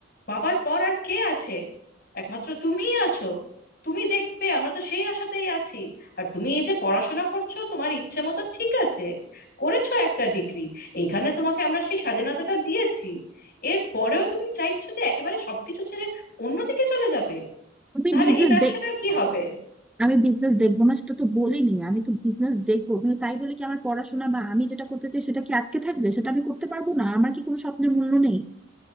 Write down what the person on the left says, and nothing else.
বাবার পর আর কে আছে একমাত্র তুমিই আছো তুমি দেখবে আমরা তো সেই আশাতেই আছি আর তুমি এই যে পড়াশোনা করছো তোমার ইচ্ছে মতো ঠিক আছে করেছো একটা ডিগ্রি এখানে তোমাকে আমরা সেই স্বাধীনতাটা দিয়েছি এর পরেও তুমি চাইছো যে একেবারে সবকিছু ছেড়ে অন্যদিকে চলে যাবে
তাহলে
এই ব্যবসাটার
কি হবে